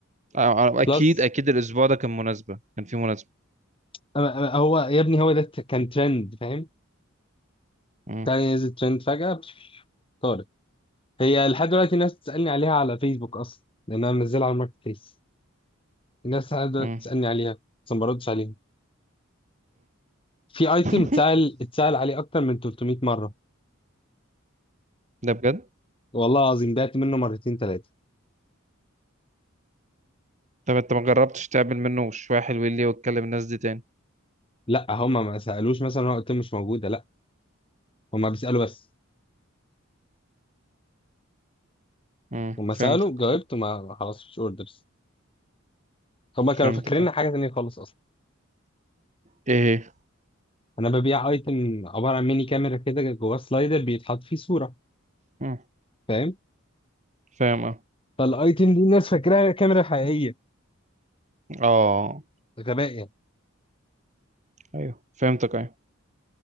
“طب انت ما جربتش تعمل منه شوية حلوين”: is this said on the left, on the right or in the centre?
Right